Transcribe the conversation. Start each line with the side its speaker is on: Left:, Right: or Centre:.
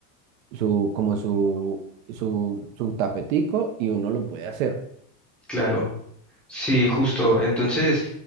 Right: su, como su, su, su tapetico y uno lo puede hacer.
Centre: claro. Sí, justo. Entonces,